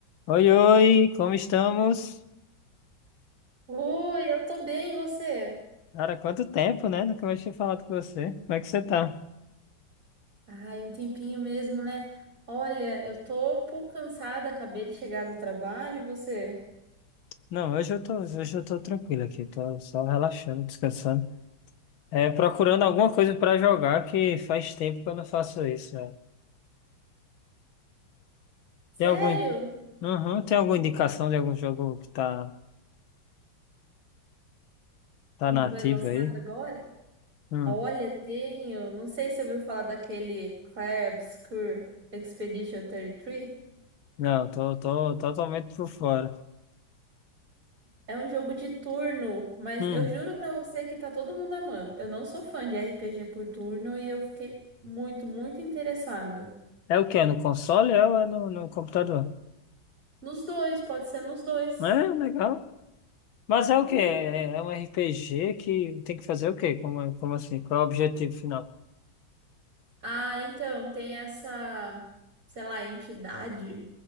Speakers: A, on the left (about 85°); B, on the right (about 45°).
A: Oi, oi, como estamos?
B: Oi, eu tô bem, e você?
A: Cara, quanto tempo, né? Nunca mais tinha falado com você. Como é que você tá?
B: Ai, um tempinho mesmo, né? Olha, eu tô um pouco cansada, acabei de chegar do trabalho, e você?
A: Não, hoje eu tô, hoje eu tô tranquilo aqui, tô só relaxando, descansando. É, procurando alguma coisa pra jogar que faz tempo que eu não faço isso, velho.
B: Sério?
A: Tem algum, uhum, tem alguma indicação de algum jogo que tá, tá
B: Não
A: na ativa
B: Foi lançado
A: aí?
B: agora?
A: Hum,
B: Olha, tenho. Não sei se você ouviu falar daquele Clair Obscur Expedition 33.
A: não, tô, tô totalmente por fora.
B: É um jogo de turno, mas
A: Hum,
B: eu juro pra você que tá todo mundo amando. Eu não sou fã de RPG por turno e eu fiquei muito, muito interessada.
A: é o quê? É no console É ou é no, no computador?
B: Nos dois, pode ser nos dois.
A: É, legal. Mas
B: Juro.
A: é o quê? É é um RPG que tem que fazer o quê? Como, é- como assim? Qual é o objetivo final?
B: Ah, então, tem essa, sei lá, entidade,